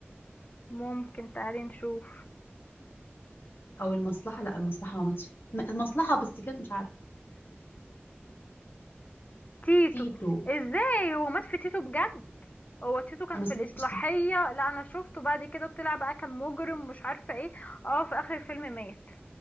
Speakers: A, on the left (about 35°); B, on the left (about 60°).
A: ممكن تعالي نشوف
B: او المصلحه لا المصلحه ما ماتش م- المصلحه بس كانت مش عارفه
A: تيتو
B: تيتو
A: ازاي هو مات في تيتو بجد هو تيتو كان
B: انا ما
A: في
B: سمعتش
A: الإصلاحية
B: تيتو
A: لا أنا شفته بعد كده طلع بقى كان مجرم مش عارفة ايه اه في آخر الفيلم مات